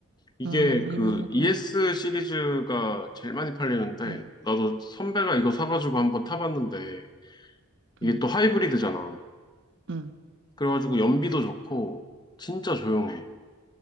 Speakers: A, on the left; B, on the right.
A: 이게
B: 음 유명하구만.
A: 그 ES 시리즈가 제일 많이 팔리는데,
B: 응,
A: 나도 선배가 이거 사가지고 한번 타봤는데, 이게
B: 응,
A: 또 하이브리드잖아.
B: 응.
A: 그래가지고 연비도 좋고, 진짜 조용해.